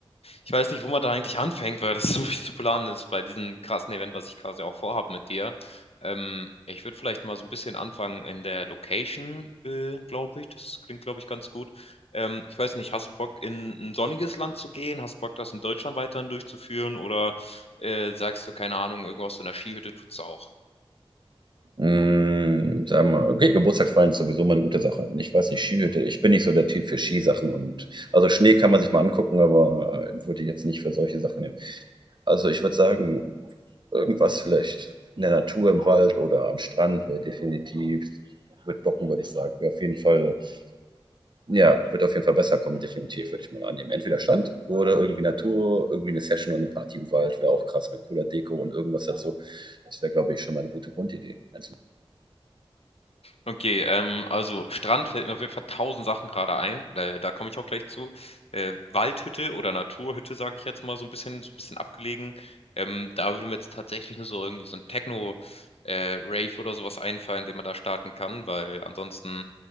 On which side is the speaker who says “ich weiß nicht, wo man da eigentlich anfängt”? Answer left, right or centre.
Left